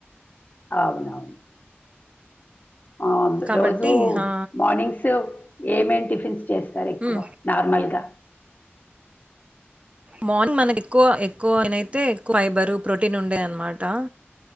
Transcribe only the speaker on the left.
అవునవును. <unintelligible>
రోజు
మార్నింగ్స్ సు ఏమేం టిఫిన్స్ చేస్తారు ఎక్కువ
నార్మల్ గా.